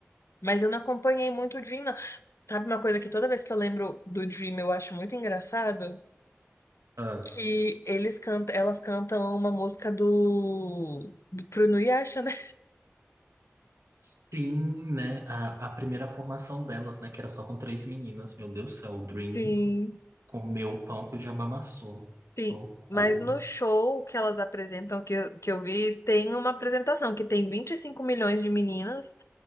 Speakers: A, on the left; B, on the right.
A: Mas eu não acompanhei muito o Dream, não. Sabe uma coisa que toda vez que eu lembro do Dream eu acho muito engraçado?
B: Ah,
A: Que eles cantam, elas cantam uma música do, do Bruno Yasha, né?
B: sim, né, a, a primeira formação delas, né, que era só com três meninas, meu Deus do céu, o Dream
A: Sim,
B: comeu o pão que o diabo amassou, socorro.
A: sim. Mas no show que elas apresentam, que, eu- que eu vi, tem uma apresentação que tem 25 milhões de meninas.